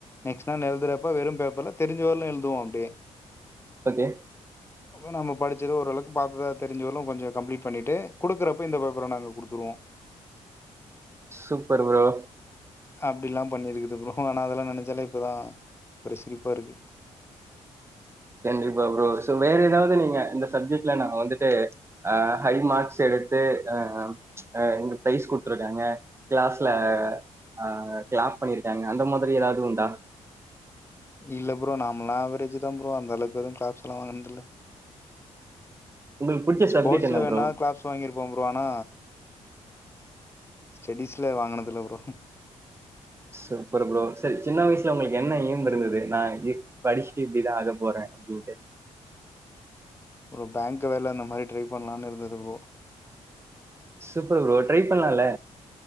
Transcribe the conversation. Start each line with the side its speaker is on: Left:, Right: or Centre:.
Left: நெஸ்ட் நாள் எழுதுறப்ப வெறு பேப்பர்ல தெரிஞ்சவர்லு எழுதுவோ அப்டே
Right: ஓக்கே
Left: அப்றம் நம்ம படிச்சத ஓரளவுக்கு பாத்தா தெரிஞ்சவர்ளு கொஞ்சொ கம்ப்ளிட் பண்ணிட்டு குடுக்கறப்ப இந்த பேப்பர நாங்க குடுத்துருவோ
Right: சூப்பரு புரோ
Left: அப்டிலாம் பண்ணிருக்குது ப்ரோ ஆன்னா அதெல்லா நெனச்சாலே இப்ப தா ஒரு சிரிப்பா இருக்கு
Right: கண்டிப்பா ப்ரோ சோ வேற எதாவ்து நீங்க இந்த சப்ஜெட்ல நா வந்துட்டு அ ஹை மார்க்ஸ் எடுத்து அ அ எங்க ப்ரெய்ஸ் குடுத்துருக்காங்க கிளாஸ்ல ஆ கிளாப் பண்ணிருக்காங்க அந்த மாதிரி எதாவ்து உண்டா
Left: இல்ல ப்ரோ நாம்மள்ளா அவரேஜ் தா ப்ரோ அந்தளவுக்கு எதூ கிளாப்ஸ்லா வாங்கன்துல்ல
Right: உங்களுக்கு பிடிச்ச
Left: ஸ்போ்ட்ஸ்ல்ல
Right: சப்ஜெக்ட் என்ன
Left: வேன்ணா
Right: ப்ரோ
Left: கிளாப்ஸ் வாங்கிருப்போ ப்ரோ அனா ஸ்டெடிஸ்ல வாங்குனதுல்ல ப்ரோ
Right: சூப்பரு ப்ரோ செரி சின்ன வய்ஸ்ல உங்களுக்கு என்ன எய்ம் இருந்துது நா இப் படிச்சுட்டு இப்படிதா ஆக போறே அப்டின்ட்டு
Left: ஒரு பேங்க்கு வேல இந்த மாரி ட்ரை பண்ணலான்னு இருந்தது ப்ரோ
Right: சூப்பரு ப்ரோ ட்ரை பண்ணலால்ல